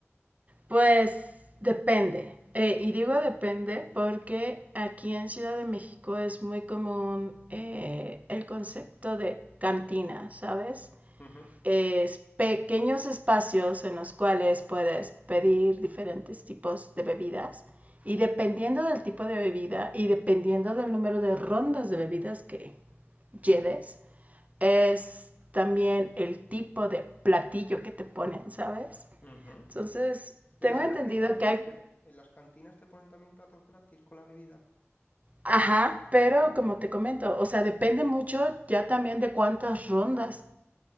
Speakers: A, on the right; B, on the left.
A: Pues depende. Eh, y digo depende porque aquí en Ciudad de México es muy común eh, el concepto de cantina, ¿sabes?
B: Ujú,
A: Es pequeños espacios en los cuales puedes pedir diferentes tipos de bebidas y dependiendo del tipo de bebida y dependiendo del número de rondas de bebidas que lleves, es también el tipo de platillo que te ponen, ¿sabes?
B: ujú.
A: Entonces,
B: Pero
A: tengo
B: es
A: entendido
B: gratis también,
A: que hay...
B: te- en las cantinas te ponen también platos gratis con la bebida.
A: Ajá, pero
B: Ah,
A: como te comento, o sea, depende mucho ya también de cuántas rondas